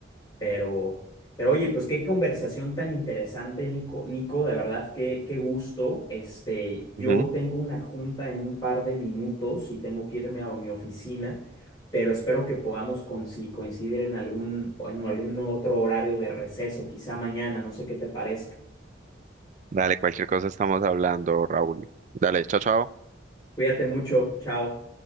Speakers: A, on the left; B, on the right.
A: Pero, pero oye, pues qué conversación tan interesante, Nico, Nico, de verdad, qué, qué gusto. Este, yo
B: ujú.
A: tengo una junta en un par de minutos y tengo que irme a mi oficina, pero espero que podamos conci- coincidir en algún, en algún otro horario de receso, quizá mañana, no sé qué te parezca.
B: Dale, cualquier cosa estamos hablando, Raúl. Dale, chao, chao.
A: Cuídate mucho, chao.